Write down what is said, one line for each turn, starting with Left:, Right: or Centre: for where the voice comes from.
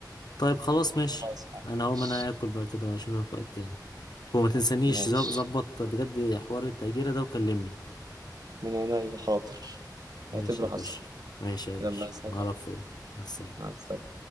Left: طيب خلاص ماشي
Right: خلاص يا عم
Left: انا هقوم
Right: ماشي
Left: انا اكل بقى كده اشوفك وقت تاني وما تنسانيش
Right: ماشي
Left: ظب- ظبط بجد حوار التأجيرة ده وكلمني
Right: من عينيا حاضر
Left: ماشي
Right: اعتبره
Left: يا
Right: حصل
Left: باشا ماشي يا باشا
Right: يلا يا سلام
Left: نعرف فل مع السلامة
Right: مع السلامه